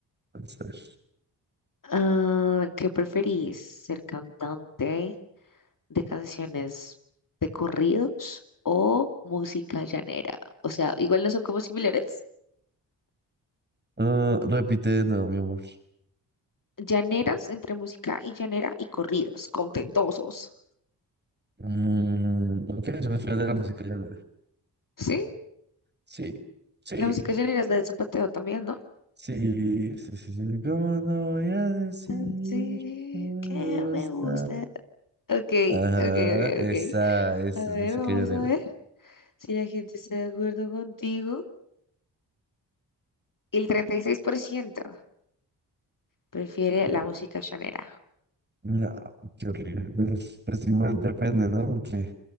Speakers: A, on the right (about 25°); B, on the left (about 45°).
A: vamos a ver.
B: Ah, ¿qué preferís? ¿Ser cantante de canciones de corridos o música llanera? O sea, igual no son como similares.
A: Ah, repite de nuevo, mi amor.
B: Llaneras entre música y llanera y corridos, contentosos.
A: Mm, ok, yo me fui de la música ya. mira.
B: ¿Sí?
A: Sí, sí,
B: La música llanera es la del zapateo también, ¿no?
A: sí, sí, sí, sí. ¿Cómo no voy a decir
B: Así
A: que me
B: que
A: gusta?
B: me gusta. Ok,
A: Ajá,
B: ok, ok,
A: esa,
B: ok.
A: esa
B: A ver,
A: es música
B: vamos
A: llanera.
B: a ver si la gente está de acuerdo contigo. El 36% prefiere
A: Uh,
B: la música llanera.
A: No, qué horrible. Pues, pues igual depende, ¿no? Porque